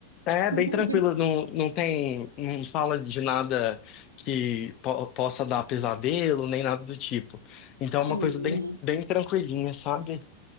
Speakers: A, on the left; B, on the right.
A: É
B: <laughs>
A: bem tranquilo,
B: Bem-
A: não, não tem, não fala de nada que po- possa dar pesadelo, nem nada do tipo. Então é
B: Sim.
A: uma coisa bem, bem tranquilinha, sabe?